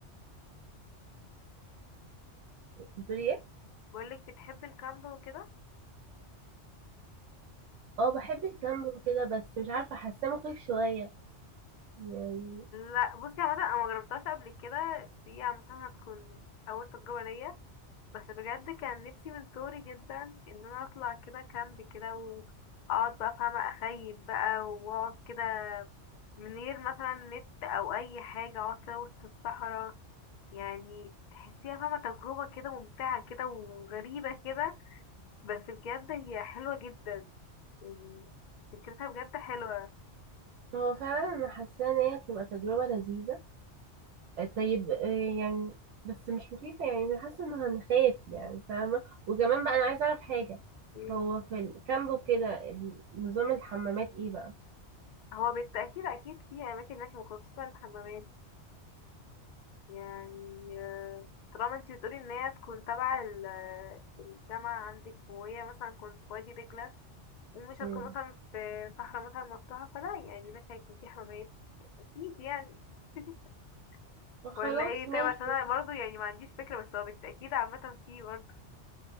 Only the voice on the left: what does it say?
بقولك بتحبي الكامب وكده
لا بصي عامة انا مجربتهاش قبل كده دي عامة هتكون اول تجربة ليا بس بجد كان نفسي من صغري جدا ان انا اطلع كده كامب كده واقعد بقى فاهمة اخيم بقى واقعد كده من غير مثلا نت او اي حاجة اقعد كده وسط الصحراء يعني تحسيها فاهمة تجربة كده ممتعة كده وغريبة كده بس بجد هي حلوة جدا يعني فكرتها بجد حلوة
مم.
هو بالتأكيد أكيد في أماكن هناك مخصصة للحمامات يعني آه، طالما انتي بتقولي ان هي تكون تبع ال- الجامعة عندك وهي مثلا تكون في وادي دجلة ومش
هتكون مثلا في صحراء مثلا مفتوحة فلا يعني ده هيكون في حمامات اكيد يعني <laughs>
ولا ايه
طيب عشان انا برضو يعني ما عنديش فكرة بس هو بالتأكيد عامة في برضو